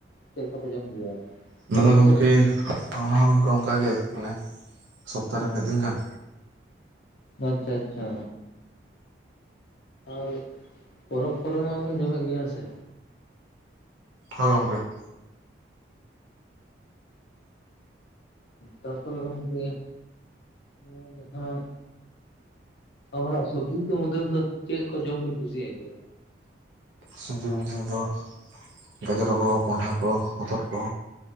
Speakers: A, on the left; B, on the right.
A: ᱪᱮᱫᱠᱟ ᱯᱮ ᱡᱚᱢ ᱜᱮᱭᱟ᱾
B: ᱚᱱᱟ ᱫᱚ ᱜᱚᱢᱠᱮ
A: ᱠᱚᱨᱮ
B: ᱚᱱᱟᱦᱚ ᱜᱚᱢᱠᱮ ᱚᱝᱠᱟ ᱜᱮ ᱢᱟᱱᱮ ᱥᱚᱯᱛᱟᱦᱚ ᱨᱮ ᱢᱤᱫ ᱫᱤᱱ ᱜᱟᱱ᱾
A: ᱟᱪᱪᱷᱟ ᱟᱪᱪᱷᱟ᱾ ᱟᱨ ᱯᱚᱨᱚᱵᱽ ᱠᱚᱨᱮ ᱢᱟᱵᱚᱱ ᱡᱚᱢᱮᱫ ᱜᱮᱭᱟ ᱦᱮᱸ ᱥᱮ᱾
B: ᱦᱚᱭ ᱜᱚᱢᱠᱮ
A: ᱛᱟᱨᱯᱚᱨᱮ ᱜᱚᱢᱠᱮ ᱱᱚᱣᱟ ᱡᱟᱦᱟᱸᱼᱼ ᱚᱱᱟ ᱥᱚᱵᱽᱡᱤ ᱠᱚ ᱢᱚᱫᱽᱫᱷᱮ ᱨᱮᱫᱚ ᱪᱮᱫ ᱠᱚ ᱡᱚᱢ ᱵᱤᱱ ᱠᱩᱥᱤᱭᱟᱜ ᱜᱮᱭᱟ?
B: ᱥᱚᱵᱽᱡᱤ ᱠᱚ ᱢᱩᱫᱷᱮ ᱨᱮᱫᱚ ᱜᱟᱡᱽᱚᱨ ᱠᱚ, ᱠᱚᱸᱰᱷᱟ ᱠᱚ, ᱦᱚᱛᱚᱫ ᱠᱚ,